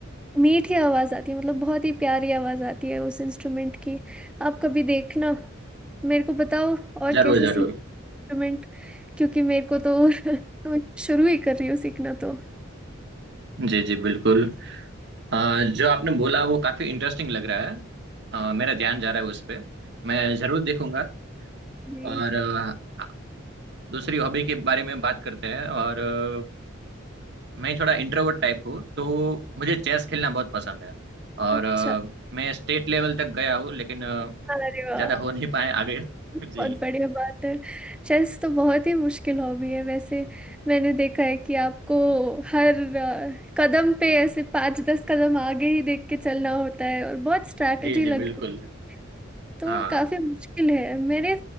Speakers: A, in the centre; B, on the right.
A: मीठी आवाज़ आती है मतलब बहुत ही प्यारी आवाज़ आती है उस इंस्ट्रूमेंट की आप कभी देखना मेरे को बताओ और
B: जरूर
A: कैसे
B: जरूर
A: इंस्ट्रूमेंट क्योंकि मेरे को तो <laughs> तो शुरू ही कर रही हूँ सीखना तो
B: जी जी बिल्कुल अ, जो आपने बोला वो काफी इंटरेस्टिंग लग रहा है अ,
A: हाँ,
B: मेरा ध्यान जा रहा है उस पे मैं जरूर देखूंगा
A: जी
B: और अ, दूसरी हॉबी के बारे में बात करते हैं और अ, मैं थोड़ा इंट्रोवर्ट टाइप हूँ तो मुझे चेस खेलना बहुत पसंद है और
A: अच्छा
B: अ, मैं स्टेट लेवल तक गया हूँ लेकिन अ,
A: अरे वाह
B: ज्यादा हो नहीं पाए आगे <laughs>
A: बहुत
B: जी
A: बढ़िया बात है चेस तो बहुत ही मुश्किल हॉबी है वैसे मैंने देखा है कि आपको हर अ, कदम पे ऐसे पाँच दस कदम आगे ही देख के चलना होता है और बहुत स्ट्रैटेजी
B: जी
A: लगती
B: जी बिल्कुल
A: है तो
B: हाँ
A: काफी मुश्किल है मैंने